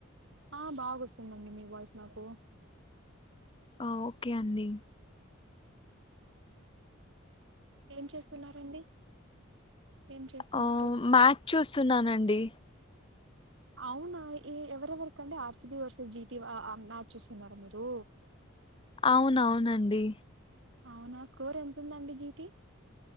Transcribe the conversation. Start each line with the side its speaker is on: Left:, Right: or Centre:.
Right: ఆ బాగొస్తుందండి మీ వాయిస్ నాకు
Left: ఓకే అండి
Right: ఏం చేస్తున్నారండి ఏం చేస్తున్నారు
Left: హో మ్యాచ్ చూస్తున్నానండి
Right: అవునా ఏ ఎవరెవరికండి ఆర్సిబి వర్సెస్ జిటి మ్యాచ్ వస్తున్నారా మీరు
Left: అవునవునండి
Right: అవునా స్కోర్ ఎంత ఉందండి జీతి